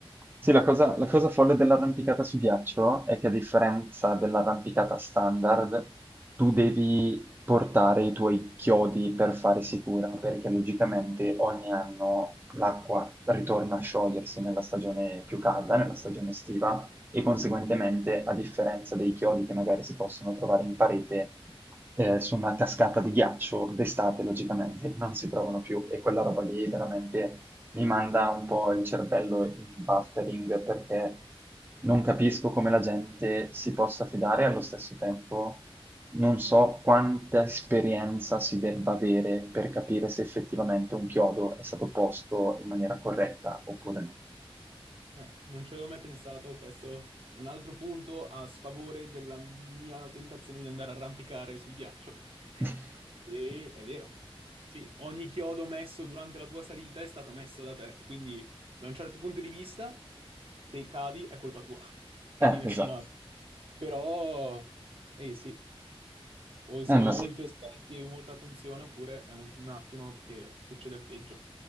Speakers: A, on the right; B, on the right.
A: Sì, la cosa, la cosa folle dell'arrampicata su ghiaccio è che a differenza dell'arrampicata standard, tu devi portare i tuoi chiodi per fare sicura, perché logicamente ogni anno l'acqua ritorna a sciogliersi nella stagione più calda, nella stagione estiva, e conseguentemente, a differenza dei chiodi che magari si possono trovare in parete, eh, su una cascata di ghiaccio, d'estate logicamente non si trovano più, e quella roba lì veramente mi manda un po' il cervello in buffering perché non capisco come la gente si possa fidare e allo stesso tempo non so quanta esperienza si debba avere per capire se effettivamente un chiodo è stato posto in maniera corretta oppure no.
B: Eh, non ci avevo mai pensato, questo un altro punto a sfavore della mia tentazione di andare a arrampicare sul ghiaccio. <laughs>
A: <laughs>
B: E è vero. Sì, ogni chiodo messo durante la tua salita è stato messo da te, quindi da un certo punto di vista, se cadi è colpa tua <laughs> e
A: Eh,
B: di nessun
A: esatto.
B: altro. Però, eh sì, o si
A: Eh, no.
B: è molto esperti e molta attenzione, oppure è un, un attimo che succede il peggio.